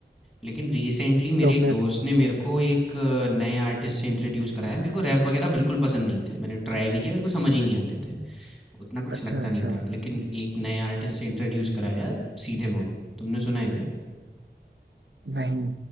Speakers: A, in the centre; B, on the right.
A: लेकिन रिसेंटली मेरे
B: तो
A: एक
B: फिर
A: दोस्त ने मेरे को एक अ, नए आर्टिस्ट से इंट्रोड्यूस कराया मेरे को रैप वगैरह बिल्कुल पसंद नहीं थे मैंने ट्राई भी किया मेरे को समझ ही नहीं आते थे उतना कुछ
B: अच्छा
A: लगता
B: अच्छा
A: नहीं था लेकिन एक नए आर्टिस्ट से इंट्रोड्यूस कराया सीधे मौत तुमने सुना है क्या
B: नहीं